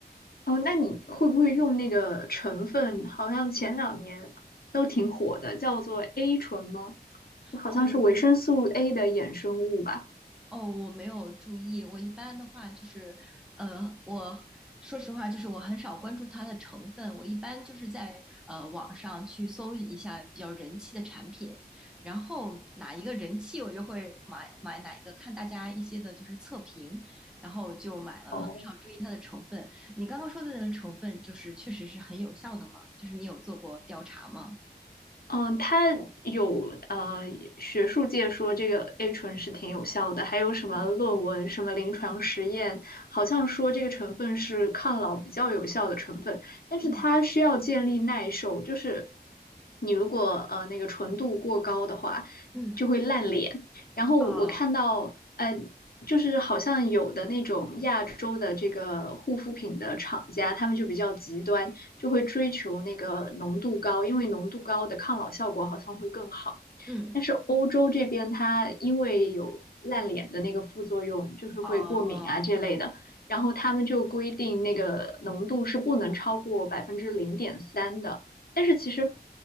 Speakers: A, on the left; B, in the centre.
A: 哦，那你会不会用那个成分？好像前两年都挺火的，叫做 A 醇吗？好像是维生素
B: 哦，
A: A 的衍生物吧？
B: 哦，我没有注意。我一般的话就是，呃，我说实话，就是我很少关注它的成分。我一般就是在呃网上去搜一下比较人气的产品，然后哪一个人气，我就会买买哪一个，看大家一些的就是测评，然后就买了，
A: 哦，
B: 很少注意它的成分。你刚刚说的那个成分，就是确实是很有效的吗？就是你有做过调查吗？
A: 嗯，它有呃，学术界说这个 A 醇是挺有效的，还有什么论文、
B: 嗯
A: 什么临床实验，好像说这个成分是抗老比较有效的成分，但是它需要建立耐受，
B: 嗯
A: 就是你如果呃那个纯度过高的话，
B: 嗯，
A: 就会烂脸。然后我看到，
B: 啊，
A: 呃，就是好像有的那种亚洲的这个护肤品的厂家，他们就比较极端。就会追求那个浓度高，因为浓度高的抗老效果好像会更好。
B: 嗯。
A: 但是欧洲这边它因为有烂脸的那个副作用，就是会过敏啊这类的，
B: 哦，
A: 然后他们就规定那个浓度是不能超过百分之零点三的。但是其实